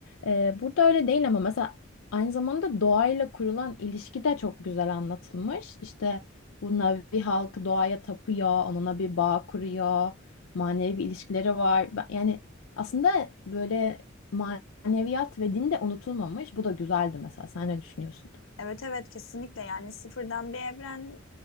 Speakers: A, on the left; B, on the left.
A: Ee, burada öyle değil ama mesela aynı zamanda doğayla kurulan ilişki de çok güzel anlatılmış. İşte bu Navi halkı doğaya tapıyor, onunla bir bağ kuruyor manevi bir ilişkileri var. Ben- Yani aslında böyle maneviyat ve din de unutulmamış. Bu da güzeldi mesela. Sen ne düşünüyorsun?
B: Evet evet kesinlikle yani sıfırdan bir evren